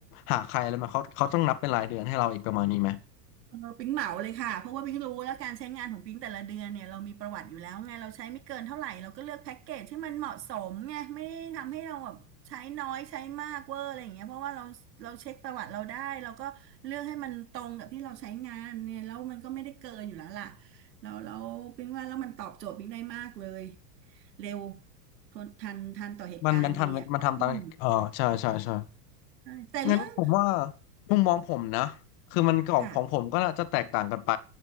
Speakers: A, on the left; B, on the right.
A: หาใครอะไรมาเขาเขาต้องนับเป็นรายเดือนให้เราอีกประมาณนี้ไหม
B: เออปิ๊งเหมาเลยค่ะเพราะว่าปิ๊งรู้แล้วการใช้งานของปิ๊งแต่ละเดือนเนี่ยเรามีประวัติอยู่แล้วไงเราใช้ไม่เกินเท่าไหร่เราก็เลือกแพ็กเกจที่มันเหมาะสมไงไม่ได้ทำให้เราแบบใช้น้อยใช้มากเวอร์อะไรอย่างเงี้ยเพราะว่าเราเราเช็คประวัติเราได้เราก็เลือกให้มันตรงกับที่เราใช้งานเนี่ยแล้วมันก็ไม่ได้เกินอยู่แล้วล่ะแล้วแล้วปิ๊งว่าแล้วมันตอบโจทย์ปิ๊งได้มากเลยเร็วทนทันทันต่อเหตุการณ์ดีอ่ะอืม
A: มันมันทันมันทำตามเออใช่ใช่ใช่
B: ใช่แต่เรื่อง
A: งั้นผมว่ามุมมองผมนะคือมันของของผมก็น่าจะแตกต่างกันไป
B: ค่ะ